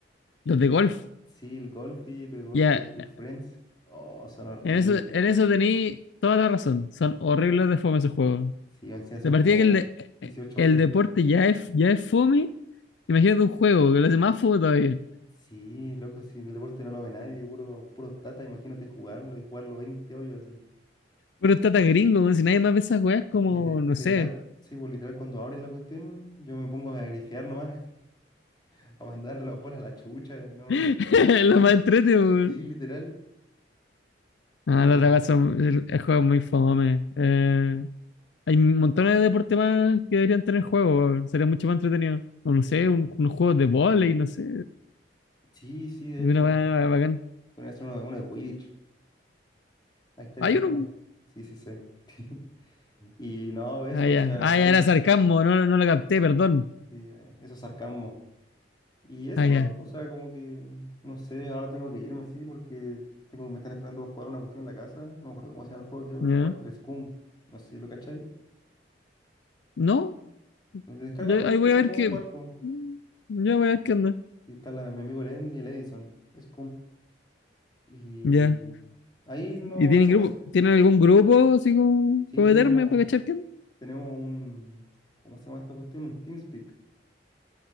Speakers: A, on the left; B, on the left.
A: Los de golf.
B: Sí, el golf y tu golf
A: Ya,
B: with your friends. Oh, son horribles.
A: en eso, en eso tení toda la razón. Son horribles de fome esos juegos.
B: Sí, encima son
A: De partida
B: como
A: que el, de-
B: 18
A: el
B: hoyos.
A: deporte ya es, ya es fome, imagínate un juego que lo hace más fome todavía.
B: Sí, loco, si en el deporte no lo ve nadie, puro, puro tata, imagínate jugarlo y jugarlo 20 hoyos así.
A: Puro tata gringo, weón, si nadie más ve esas weas como,
B: Lite-
A: no
B: Literal,
A: sé,
B: sí, pues, literal, cuando abres la cuestión, yo me pongo a grifear nomás, <laughs> a mandar las bolas a la chucha, ¿no?
A: <laughs> lo más entrete, weón.
B: Sí, literal,
A: Ah,
B: pero
A: la otra cosa, el, el juego es muy fome. Eh, hay montones de deportes más que deberían tener juegos, weón. sería mucho más entretenido. O no sé, un- unos juegos de vóley, no sé,
B: sí, sí, de
A: una
B: hecho,
A: weá bacán.
B: podría hacer uno de, uno de Quidditch, ahí estaría
A: Hay
B: fino.
A: uno.
B: Sí, sí, sé. <laughs> Y no, eso,
A: Ah, ya.
B: o sea,
A: Ah,
B: igual,
A: ya era sarcasmo, no, no, no lo capté, perdón.
B: sí, eh, eso es sarcasmo. Y eso
A: Ah, ya.
B: nomás, o sea, como que, no sé, ahora tengo que irme, sí, porque tengo, me están esperando a jugar una cuestión en la casa, no me acuerdo cómo se llama el juego que voy
A: Ya.
B: a jugar, el Scum, no sé si lo cacháis.
A: No,
B: Descárgalo
A: yo- ahí
B: y
A: voy
B: quizás
A: a ver
B: podemos
A: qué.
B: jugar, pues.
A: mm, Ya voy a ver qué onda.
B: Y está la- mi amigo el Andy, y el Edison, es Y
A: Ya.
B: ahí no
A: ¿Y tienen
B: hace
A: grupo?
B: un squ-
A: ¿Tienen algún grupo así como
B: Sí,
A: para
B: tenemos,
A: meterme para cachar qué onda?
B: tenemos un. ¿Cómo se llama esta cuestión? Un TeamSpeak.